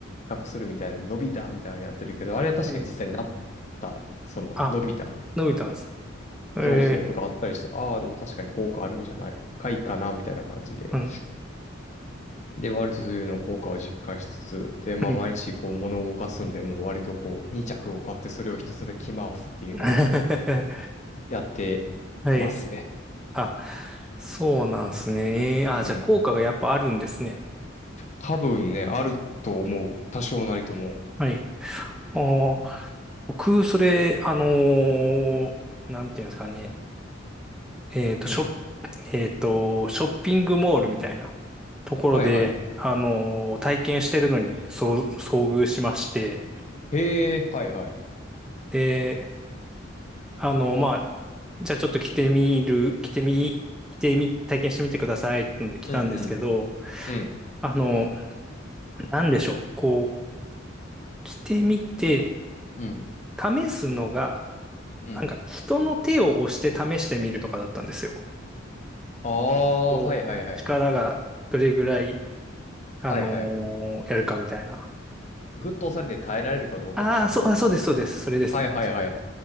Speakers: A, on the left; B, in the centre.
A: 較するみたいな、伸びたみたいなのやってるけど、あれは確かに実際になっ
B: はい。
A: た、その伸びた、
B: あ、伸びたんです。ええ
A: そうそうとかあったりして、ああ、でも確かに効果あるんじゃないかいかな、みたいな感じで。
B: うん。
A: で、割とそういうの効果を実感しつつ、で、まあ、
B: はい。
A: 毎日こう物を動かすんで、もう割とこう2着を買ってそれをひたすら着回すっていうのを
B: <laughs>
A: やって
B: はい。
A: ますね。
B: あ、そうなんですね。えーあ、
A: うん。
B: じゃあ効果がやっぱあるんですね。
A: 多分ね、あると思う。多少なりとも。
B: はい。あー僕、それ、あのーなんていうんですかね。えっと、
A: うん。
B: ショッ、えっと、ショッピングモールみたいなところで、
A: はいはい。
B: あのー体験してるのに、そう、遭遇しまして、
A: へえ、はいはい。
B: で、あの、まあ、じゃあちょっと着てみる、着てみ、着てみ、体験してみてくださいってので来たんですけど、
A: うんうん。うん。
B: あの、なんでしょう。こう、着てみて、
A: うん。
B: 試すのが、
A: うん。
B: なんか人の手を押して試してみるとかだったんですよ。
A: ああ、
B: こう、
A: はいはいはい。
B: 力がどれぐらい、あの
A: はいはい。
B: ーやるかみたいな。
A: グッと押されて耐えられるかどうかみたいな。
B: ああ、そう、あ、そうです、そうです。それですね。
A: はいはいはい。
B: 確かに。